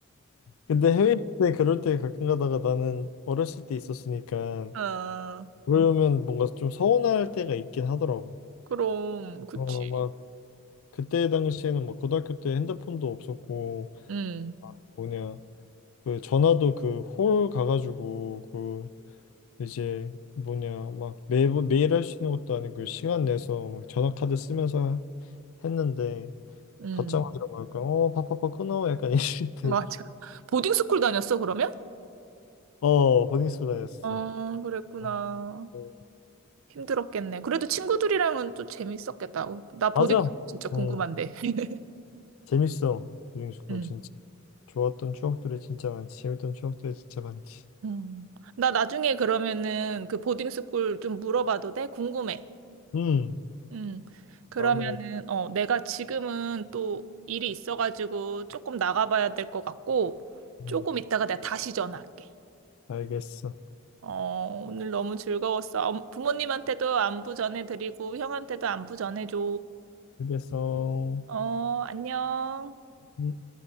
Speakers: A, on the left; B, on the right.
A: 근데 해외 때 그럴 때 가끔 가다가 나는 어렸을 때 있었으니까 음.
B: 어.
A: 그러면 뭔가 좀 서운할 때가 있긴 하더라고.
B: 그럼, 그치.
A: 어, 막 그때 당시에는 막 고등학교 때 핸드폰도 없었고
B: 응,
A: 막 뭐냐 그 전화도 그 홀 가가지고 그 이제 뭐냐 막 매번 매일 할 수 있는 것도 아니고 시간 내서 막 전화 카드 쓰면서 했는데
B: 응,
A: 받자마자 뭐랄까 어 바빠빠 끊어 약간 <laughs> 이럴 때
B: 맞아. 보딩스쿨 다녔어, 그러면?
A: 어 보딩 스쿨 다녔어.
B: 아, 그랬구나.
A: 아, 네.
B: 힘들었겠네. 그래도 친구들이랑은 또 재밌었겠다. 나 보딩스쿨
A: 맞아.
B: 진짜 궁금한데.
A: 응.
B: <laughs>
A: 재밌어. 보딩스쿨
B: 응,
A: 진짜. 좋았던 추억들이 진짜 많지. 재밌던 추억들이 진짜 많지.
B: 응. 나 나중에 그러면은 그 보딩스쿨 좀 물어봐도 돼? 궁금해.
A: 음.
B: 응. 그러면은,
A: 다음에
B: 어, 내가 지금은 또 일이 있어가지고 조금 나가봐야 될 것 같고,
A: 음,
B: 조금 이따가 내가 다시 전화할게.
A: 알겠어.
B: 어, 오늘 너무 즐거웠어. 엄- 부모님한테도 안부 전해드리고, 형한테도 안부 전해줘.
A: 알겠어.
B: 어, 안녕.
A: 음.